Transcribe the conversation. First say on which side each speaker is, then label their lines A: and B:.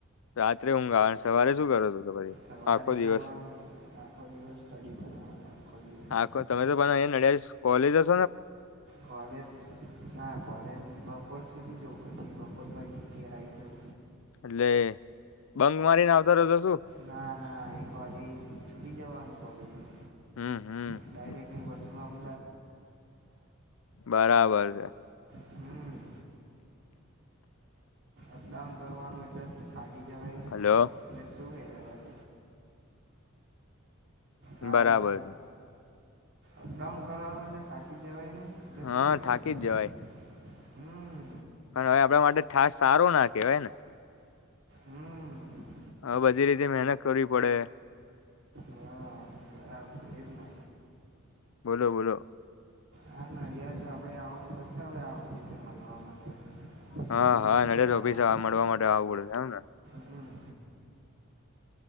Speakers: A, on the left; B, on the right.
A: રાત્રે ઊંઘ આવે ને સવારે શું કરો છો તો પછી
B: સવારે
A: આખો દિવસ?
B: કરવાનું આખો દિવસ સ્ટડી કરવાનો આખો દિવસ
A: આખો તમે તો અ નડિયા કોલેજ જ
B: કોલેજ ના કોલેજ બપોર સુધી જો પછી બપોર પહી ઘેર આઈ જઉં.
A: એટલે બંગ મારીને આવતા રહજો શું?
B: ના ના એક વાગે છૂટી જવાનું કોલેજલે.
A: હમ હમ
B: ડાયરેક્ટ ની બસમાંમ.
A: બરાબર છે.
B: હમ અપડાઉન કરવાનું એટલે થાટી જવાય નહીં
A: હલો
B: એટલે શું હેડવાસ. હાલો
A: બરાબર છે.
B: અપડાઉન કરવાનું એટલે થાકી જવાય નહી એટલે
A: હા
B: શું હેડે
A: થઠાકી
B: પછી
A: જ જવાય
B: હમ
A: પણ હવે આપણા માટે થાસ સારો ના કહેવાય ને
B: હમ
A: હા બધી રીતે મહેનત કરવી પડે
B: હા નારા આપડીને
A: બોલો બોલો
B: હા નડિયાદ જ આપડે આવવાનું થશે હો આ ઓફિસે મળવા માટે
A: હા
B: બધી ડિટેલ
A: હા નડજ
B: કાઢવા
A: ઓફિસે મળવા માટે આવવું પડેશે એમને
B: હમ